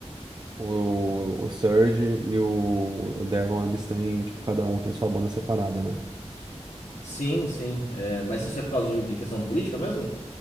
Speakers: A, on the right (about 40°); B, on the left (about 80°).
A: o, o Surge e o, o Daron, eles têm, tipo, cada um tem sua banda separada, né?
B: Sim, sim. É, mas isso é por causa de, de questão política mesmo?